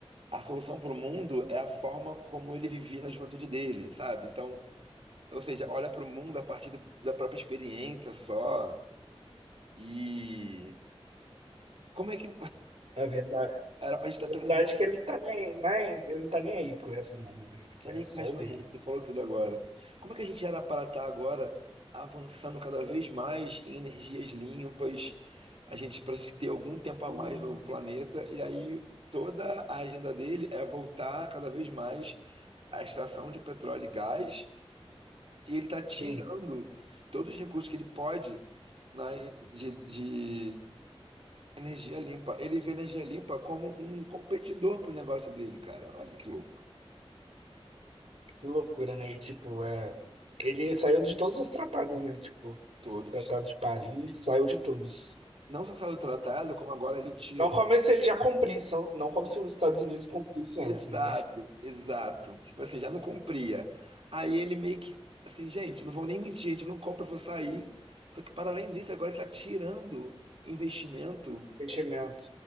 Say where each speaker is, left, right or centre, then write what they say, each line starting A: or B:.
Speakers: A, on the right; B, on the right.
A: a solução para o mundo é a forma como ele vivia na juventude dele, sabe? Então, ou seja, olha para o mundo a partir do- da própria experiência só. E como é que
B: A verdade,
A: era pra gente
B: a
A: estar transitando
B: verdade é que ele tá nem, né? Ele não tá nem aí pro resto do mundo, né? Ele quer
A: nem
B: só
A: mais
B: o
A: do
B: dele.
A: mundo? Você falou tudo agora. Como é que a gente era para estar agora avançando cada vez mais em energias limpas, a gente para a gente ter algum tempo a
B: Hum.
A: mais no planeta e aí toda a agenda dele é voltar cada vez mais à extração de petróleo e gás e ele está tirando
B: Sim,
A: todos os recursos que ele pode na, de, de Energia limpa. Ele vê energia limpa como um competidor pro negócio dele, cara. Olha que louco.
B: que loucura, né? E, tipo, é, ele saiu de todos os tratados, né? Tipo,
A: Todos.
B: Tratado de Paris, saiu de todos.
A: Não só saiu tratado, como agora ele tira.
B: Não como se ele já cumprisse, não como se os Estados Unidos cumprissem
A: Exato,
B: antes, né? Mas
A: exato. Tipo assim, já não cumpria. Aí ele meio que. Assim, gente, não vou nem mentir, a gente não compra, eu vou sair. Só que para além disso, agora ele está tirando investimento
B: investimento